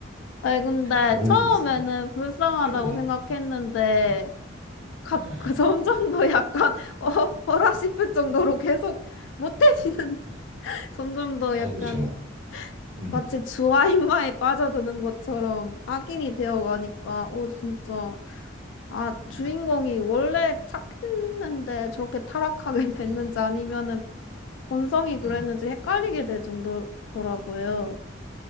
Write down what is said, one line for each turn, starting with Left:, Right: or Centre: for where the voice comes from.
Left: 아니, 근데
Right: 너무
Left: 처음에는
Right: 불쌍해.
Left: 불쌍하다고
Right: 괴로워.
Left: 생각했는데,
Right: 예, 예,
Left: 갑,
Right: 예,
Left: <laughs> 그 점점 더 약간, <laughs> 어, 어라 싶을 정도로 계속 못해지는
Right: 예.
Left: <laughs> 점점 더
Right: 아,
Left: 약간
Right: 그렇죠. 음,
Left: 마치 주아인마에 빠져드는 것처럼 악인이 되어가니까, 어, 진짜. 아,
Right: 음,
Left: 주인공이 원래 착했는데 저렇게 타락하게 <laughs> 됐는지
Right: 예,
Left: 아니면은 본성이 그랬는지
Right: 음.
Left: 헷갈리게 될 정도더라고요.